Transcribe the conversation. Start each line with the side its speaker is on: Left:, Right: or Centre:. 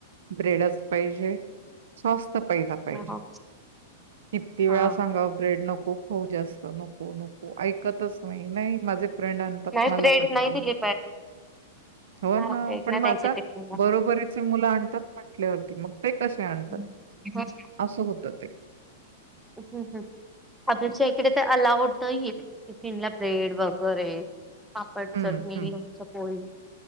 Right: ब्रेडच पाहिजे सॉस् प पाहिजे
Centre: ह ह
Right: किती वेळा
Centre: हा
Right: सांगाव ब्रेड नको. हो जास्त नको नको ऐकतच नाई नाई माझे फ्रेंड आणतात
Centre: नाही
Right: मला
Centre: ब्रेड
Right: पण
Centre: नाही
Right: पाहिजे.
Centre: दिली
Right: हो
Centre: नाही
Right: ना
Centre: ब्रेड
Right: पण
Centre: नाही
Right: मग
Centre: द्यायचे
Right: आता
Centre: टिफिनला.
Right: बरोबरीचे मुल आणतात म्हंटल्यावरती मग ते कसे आणतात?
Centre: हम
Right: असं होतं ते.
Centre: हम्म आपल्याच्या इकडे तर अलाउड नाही टिफिन ला ब्रेड वगेरे पापड,
Right: हं,
Centre: चटणी,
Right: हं.
Centre: लोनच पोळी